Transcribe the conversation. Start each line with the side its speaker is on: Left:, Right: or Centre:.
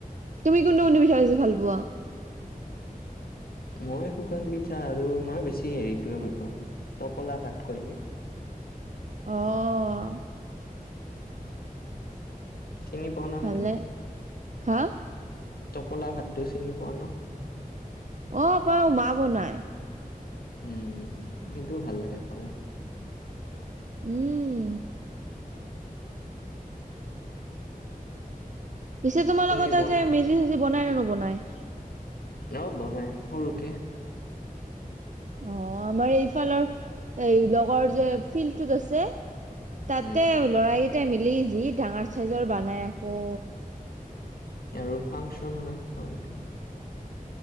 Right: তুমি কোনটো কোনটো পিঠা বেছি ভাল পোৱা?
Left: মই শুকান পিঠা আৰু মই বেছি হেৰিটোৱে ভাল পাওঁ তপলা ভাত কয় যে।
Right: অ।
Left: চিনি পোৱা ন
Right: ভালে
Left: সেইটো।
Right: হা
Left: টোপোলা ভাতটো চিনি পোৱা ন?
Right: অ', পাওঁ। মা বনাই।
Left: উম সেইটোও ভাল লাগে খাব।
Right: উম। পিছে তোমালোকৰ
Left: তুমি
Right: তাতে
Left: বন
Right: মেজি-চেজি বনাই ন নবনাই
Left: অ বনাই সৰুকে
Right: অ আমাৰ এইফালৰ এই লগৰ যে ফিল্ড টোত আছে তাতে
Left: উম,
Right: লৰাই তে মিলি যি ডাঙৰ চাইজৰ বনাই আকৌ
Left: আৰু ফাংচন হয় তেওঁলোকে